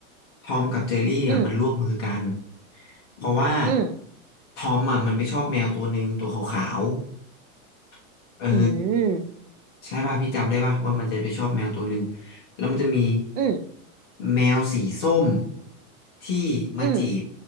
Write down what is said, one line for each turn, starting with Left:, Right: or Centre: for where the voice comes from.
Left: ทอมกับเจอรี่อ่ะมันร่วมมือกัน
Right: อืม
Left: เพราะว่า
Right: อืม
Left: ทอมอ่ะมันไปชอบแมวตัวหนึ่งตัวขาวๆเออ
Right: อืม
Left: ใช่ป่ะพี่จำได้ป่ะว่ามันจะไปชอบแมวตัวหนึ่งแล้วมันจะมี
Right: อืม
Left: แมวสีส้มที่มาจีบ
Right: อืม